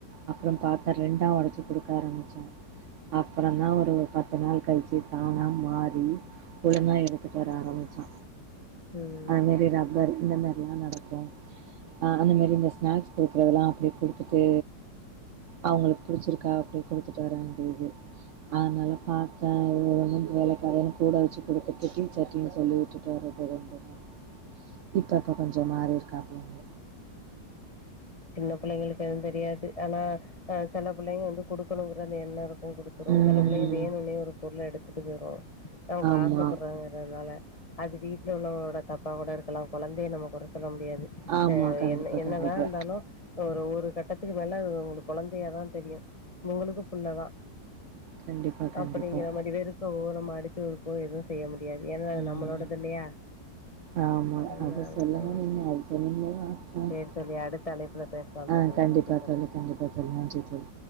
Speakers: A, on the right; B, on the left.
A: அப்றோ பாத்தா ரெண்டா ஒடச்சு குடுக்க ஆரம்ச்சே அப்றோந்தா ஒரு பத்து நாள் கழிச்சு தா அவனா மாறி ஒழுங்கா எடுத்துட்டு வர ஆரம்பிச்சா
B: ம்
A: அது மாரி ரப்பர் இந்த மாரிலா நடக்கு ஆ அந்த மாரி இந்த ஸ்நாக்ஸ் கொடுக்றதெல்லா அப்டி குடுத்துட்டு அவங்களுக் பிடிச்சிருக்கா அப்டி குடுத்துட்டு வர வேண்டியது அதனால பாத்தே ஒ ரெண்டு வேலைக் அதன்னு கூட வச்சு குடுத்துட்டு டீச்சர்ட்டயு சொல்லி விட்டுட்டு வர்றது ரெண்டு ஆ இப்பப்ப கொஞ்சோ மாறி இருக்காப்ளங்க
B: சின்ன பிள்ளைகளுக்கு எதுவு தெரியாது ஆனா அ சில பிள்ளைங்க வந்து குடுக்கணுங்குற அந்த எண்ணோ இருக்கு குடு துரோ
A: ம்
B: சில பிள்ளைங்க வேணுன்னே ஒரு பொருள எடுத்துட்டு போயிரோ நமக்கு
A: ஆமா
B: ஆசைப்படுறாங்கனால அது வீட்ல உள்ளவங்களோட தப்பா கூட இருக்கலா கொழந்தைய நம்ம கொற சொல்ல முடியாது
A: ஆமா
B: அ
A: கண்டிப்பா
B: என் என்னதா
A: கண்டிப்பா
B: இருந்தாலு ஒரு ஒரு கட்டத்துக்கு மேல அது உங்ளுக்கு கொழந்தையாதா தெரியு உங்களுக்கு புள்ளதா
A: கண்டிப்பா கண்டிப்பா
B: அப்டிங்கிற மாரி வெறுக்கவோ நம்ம அடிச்சு ஒதுக்கவோ எதுவு செய்ய முடியாது ஏனா அது
A: ம்
B: நம்மளோடது இல்லையா
A: ஆமா
B: அதனால
A: அது சொல்லுங்க
B: ம்.
A: நீங்க அது சொன்னீங்கன்னா <unintelligible>
B: சரி தோழி அடுத்த அழைப்புல பேசலாம்
A: ஆ
B: தோழி.
A: கண்டிப்பா
B: நன்றி
A: தோழி கண்டிப்பா தோழி நன்றி தோழி